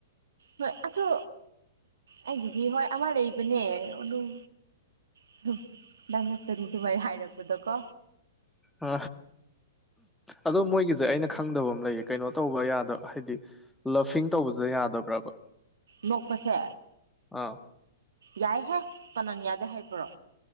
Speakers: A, on the right (about 60°); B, in the centre.
A: ꯍꯣꯏ ꯑꯗꯣ ꯑꯩꯒꯤꯗꯤ ꯍꯣꯏ ꯑꯃ ꯂꯩꯕꯅꯦ ꯑꯗꯨꯝ <unintelligible> ꯅꯪ ꯉꯥꯛꯇꯅꯤ ꯑꯗꯨꯃꯥꯏꯅ ꯍꯥꯏꯔꯛꯄꯗꯨꯀꯣ꯫
B: ꯑ ꯑꯗꯣ ꯃꯣꯏꯒꯤꯁꯦ ꯑꯩꯅ ꯈꯪꯗꯕ ꯑꯃ ꯂꯩ ꯀꯩꯅꯣ ꯇꯧꯕ ꯌꯥꯗꯕ ꯍꯥꯏꯗꯤ ꯂꯞꯐꯤꯡ ꯇꯧꯕꯁꯦ ꯌꯥꯗꯕ꯭ꯔꯕ꯫
A: ꯅꯣꯛꯄꯁꯦ
B: ꯑꯥ
A: ꯌꯥꯏꯍꯦ ꯀꯅꯥꯅ ꯌꯥꯗꯦ ꯍꯥꯏꯕ꯭ꯔꯣ